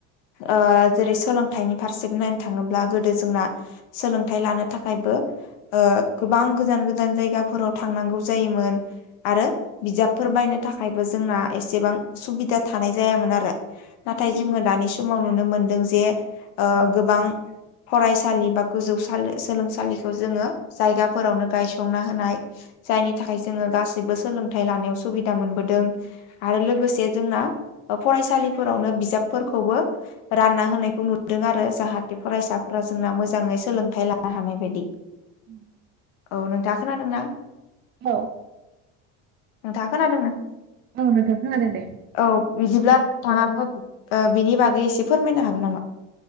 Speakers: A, on the left; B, on the right.
A: ओ जेरै सोलोंथाइनि फारसे नायनो थाङोब्ला गोदो जोंना सोलोंथाइ लानो थाखायबो ओ गोबां गोजान गोजान जायगाफोराव थांनांगौ जायोमोन। आरो बिजाबफोर बायनो थाखायबो जोंना एसेबां सुबिदा थानाय जायामोन आरो। नाथाय जोङो दानि समाव नुनो मोनदों जे ओ गोबां फरायसालि बा गोजौ सालि सोलोंसालि खौ जोङो जायगाफोरावनो गायसंना होनाय जायनि थाखाय जोङो गासिबो सोलोंथाइ लानायाव सुबिदा मोनबोदों। आरो लोगोसे जोंना फरायसालिफोरावनो बिजाबफोरखौबो रानना होनायखौ नुदों आरो जाहाथे फरायसाफोरा जोंना मोजाङै सोलोंथाइ लानो हानाय बायदि।
B: उम।
A: औ नोंथाङा खोनादों ना?
B: औ।
A: नोंथाङा खोनादोंना?
B: औ नोंथां खोनादों दे।
A: औ बिदिब्ला थाङाबो ओ बिनि बागै एसे फोरमायनो हागोन नामा?